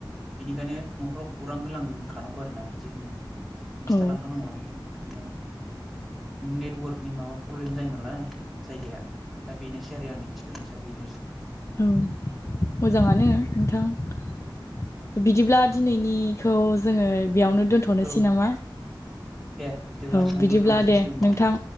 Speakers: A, in the centre; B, on the left.
A: बेनिखायनो न'खराव खौरां होलांखानांगौ आरो ना बिदि होनो खिन्थाालांखानांगौआनो
B: औ
A: नेटवर्कनि माबा प्रब्लेम जायो नालाय जायगाया दा बेनोसै आरो आंनि एक्सपिरियेन्सआ बेनोसै
B: औ मोजाङानो नोंथां बिदिब्ला दिनैनिखौ जोङो बेयावनो दोनथ'नोसै
A: औ
B: नामा
A: दे बिदिब्ला
B: औ
A: नोंथां
B: बिदिब्ला
A: लोगो मोनफिनसिगोन
B: दे
A: उनाव
B: नोंथां